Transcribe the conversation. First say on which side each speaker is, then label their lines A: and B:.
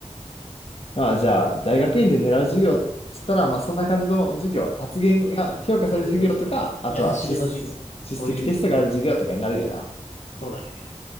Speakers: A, on the left; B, on the left.
A: まあ、じゃあ、大学院で狙う授業っつったら、まあ、そんな感じの授業、発言が評価される授業とか、
B: そうね。ある程度、その、
A: あとは出、
B: 優しめの授業。
A: 出席テストがある授業とかになるよな。
B: そういう意味で。そうだね。